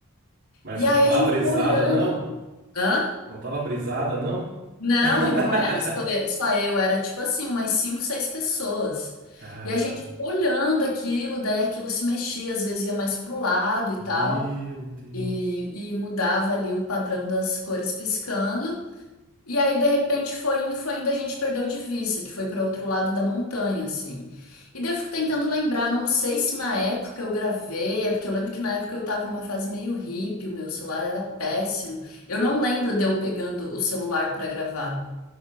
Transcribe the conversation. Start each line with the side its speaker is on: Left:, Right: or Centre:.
Right: Mas
Left: E
Right: você
Left: aí
Right: não tava
Left: a gente
Right: brisada,
Left: ficou olhando.
Right: não?
Left: Hã?
Right: Não tava brisada, não? <laughs>
Left: Não, e não era só eu, só eu, era tipo assim, umas cinco, seis pessoas.
Right: Cara,
Left: E a gente ficou olhando aquilo, daí aquilo se mexia, às vezes ia mais pro lado e
Right: meu
Left: tal,
Right: Deus.
Left: e, e mudava ali o padrão das cores piscando. E aí, de repente, foi indo, foi indo, a gente perdeu de vista, que foi para outro lado da montanha, assim. E daí eu fico tentando lembrar, não sei se na época eu gravei, é porque eu lembro que na época eu tava numa fase meio hippie, o meu celular era péssimo. Eu não lembro de eu pegando o celular para gravar.